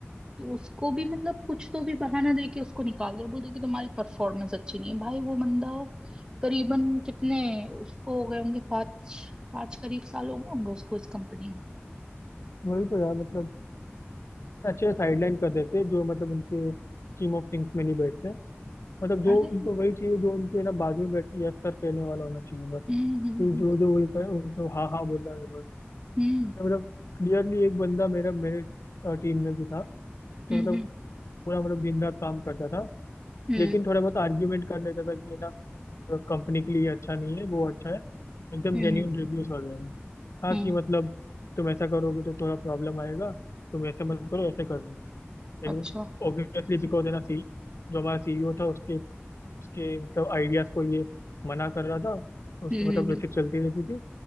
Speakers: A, on the right; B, on the left.
A: उसको भी मतलब कुछ तो भी बहाना दे के उसको निकाल दिया बोलते कि तुम्हारी परफॉर्मेंस अच्छी नहीं है भाई वो बंदा करीबन कितने उसको हो गए होंगे पाँच पाँच करीब साल हो गए होंगे उसको इस कंपनी में
B: वही तो यार मतलब अच्छे साइडलाइन कर देते जो मतलब उनके टीम ऑफ थिंग्स में नहीं बैठते मतलब जो
A: अरे
B: उनको वही चाहिए जो उनके ना बाजू में बैठ के यस सर कहने वाला होना चाहिए बस
A: हम्म हम्म
B: कि जो जो वही कहे उनको हाँ हाँ बोलना है बस
A: हम्म
B: तो मतलब क्लियरली एक बंदा मेरा मेरे टीम में भी था तो
A: हम्म
B: मतलब
A: हम्म
B: पूरा मतलब दिन रात काम करता था
A: हम्म
B: लेकिन थोड़ा बहुत आर्ग्यूमेंट कर लेता था कि ये ना कंपनी के लिए ये अच्छा नहीं है वो अच्छा है एकदम
A: हम्म
B: जेन्यून
A: हम्म,
B: रिव्यूज वगैरह हैं। हाँ
A: हम्म,
B: कि मतलब तुम ऐसा करोगे तो थोड़ा प्रॉब्लम आएगा तुम ऐसे मत करो ऐसे कर लो लेकिन
A: अच्छा
B: ऑब्वियसली बिकॉज है ना सी जो हमारा सीईओ था उसके उसके मतलब आइडियाज को ये मना कर रहा था तो उसकी
A: हम्म
B: मतलब
A: हम्म
B: वैसे
A: हम्म।
B: चलती रहती थी